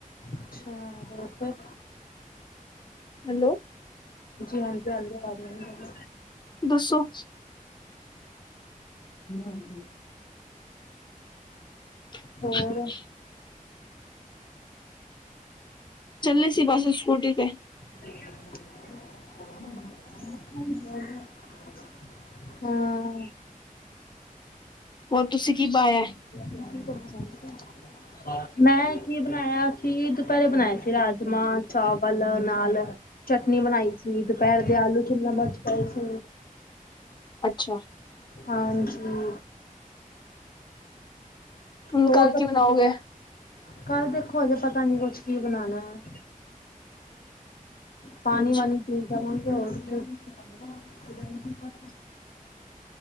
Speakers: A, on the left; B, on the left.
A: ਅੱਛਾ ਹੋਰ ਫੇਰ।
B: ਹੈਲੋ
A: ਹਾਂਜੀ ਆਂਦੀ ਆਵਾਜ਼ ਮੈਨੂੰ
B: ਦੱਸੋ। <unintelligible> <inaudible>
A: ਹੋਰ
B: ਚੱਲੇ ਸੀ ਬਸ ਸਕੂਟੀ ਤੇ
A: <inaudible>
B: <inaudible>
A: <inaudible> ਹਾਂ
B: ਹੋਰ ਤੁਸੀਂ ਕੀ ਪਾਇਐ?
A: <inaudible> ਮੈਂ ਕੀ ਬਨਾਏਆ ਸੀ ਦੁਪੈਰੇ ਬਨਾਏ ਸੀ, ਰਾਜਮਾਂ ਚਾਵਲ ਨਾਲ ਚਟਨੀ ਬਣਾਈ ਸੀ ਦੁਪਹਿਰ ਦੇ ਆਲੂ ਸ਼ਿਮਲਾ ਮਰਚ ਪਏ ਸੀ
B: ਅੱਛਾ
A: ਹਾਂਜੀ
B: ਹੁਣ
A: ਹੋਰ
B: ਕੱਲ
A: ਦੱਸੋ
B: ਕੀ ਬਣਾਓਗੇ
A: ਕੱਲ ਦੇਖੋ ਹਜੇ ਪਤਾ ਨੀ ਕੁਛ ਕੀ ਬਣਾਣਾ ਐ ਪਾਣੀ
B: ਅੱਛਾ
A: ਵਾਣੀ <unintelligible>